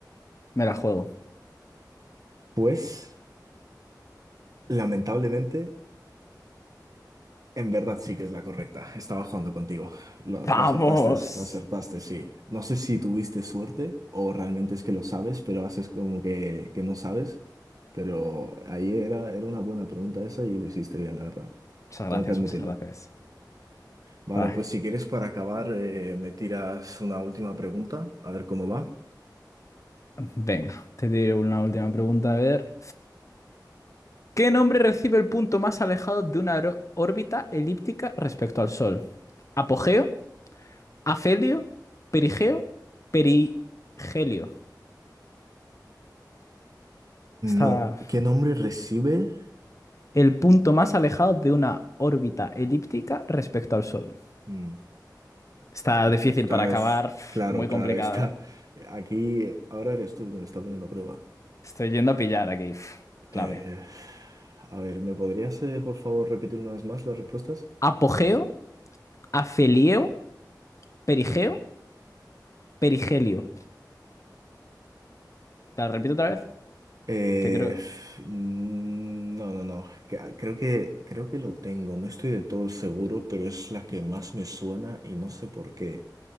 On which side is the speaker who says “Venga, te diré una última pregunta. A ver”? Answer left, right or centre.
Left